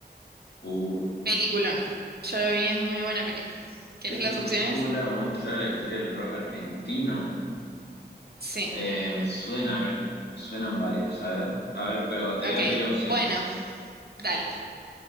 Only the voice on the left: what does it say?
Uh,
¿qué película
muestra la historia del rock argentino?
Eh, me suena, me suenan varias. A ver, a ver, pero te
voy a pedir opciones.